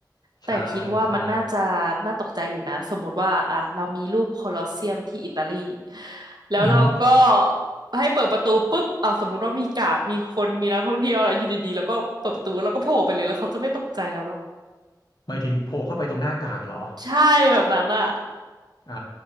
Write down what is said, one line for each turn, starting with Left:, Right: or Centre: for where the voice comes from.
Right: แต่คิดว่ามันน่าจะน่าตกใจอยู่นะสมมุติว่าอ่ะเรามีรูปโคลอสเซียมที่อิตาลี
Left: ใช่ใช่
Right: แล้วเราก็
Left: อือหือ
Right: ให้เปิดประตูปุ๊บอ่ะสมมติว่ามีการ์ดมีคนมีนักท่องเที่ยวอะไรอยู่ดีๆแล้วก็เปิดประตูแล้วก็โผล่ไปเลยแล้วเขาจะไม่ตกใจแล้วหรอ
Left: หมายถึงโผล่เข้าไปตรงหน้ากาดเหรอ
Right: ใช่แบบนั้นอ่ะ
Left: อ่า